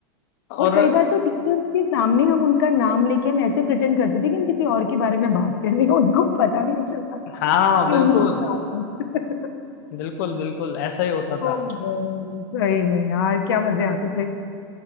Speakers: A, on the left; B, on the left.
A: और
B: और कई बार तो टीचर्स के सामने हम उनका नाम लेके हम ऐसे प्रिटेंड करते थे कि हम किसी और के बारे में बात कर रहे हैं उनको पता भी नहीं चलता था
A: हाँ
B: कि
A: बिल्कुल
B: उन्हीं के नाम है <laughs>
A: बिल्कुल बिल्कुल ऐसा ही होता
B: ओहो,
A: था
B: सही में यार क्या मजे आते थे